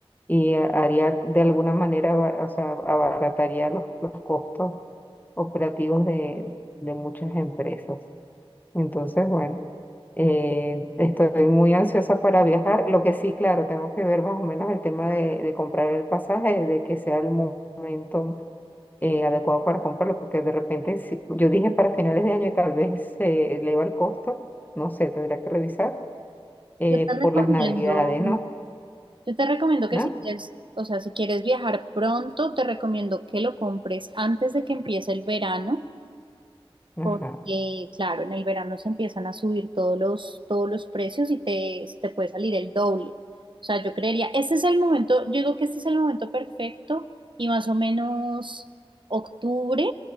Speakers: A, on the left; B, on the right.
A: Y eh, haría de alguna manera, aba- o sea, abarataría los, los costos operativos de, de muchas empresas. Entonces, bueno, eh, estoy muy ansiosa para viajar. Lo que sí, claro, tengo que ver más o menos el tema de, de comprar el pasaje, de que sea el mo- momento eh, adecuado para comprarlo, porque de repente, si, yo dije para finales de año y tal vez se eleva el costo, no sé, tendría que revisar, eh,
B: Yo te recomiendo.
A: por las navidades, ¿no?
B: Yo te recomiendo que
A: ¿No?
B: si quieres, o sea, si quieres viajar pronto, te recomiendo que lo compres antes de que empiece el verano,
A: Ajá,
B: porque, claro, en el verano se empiezan a subir todos los, todos los precios y te, te puede salir el doble. O sea, yo creería, este es el momento, yo digo que este es el momento perfecto y más o menos octubre,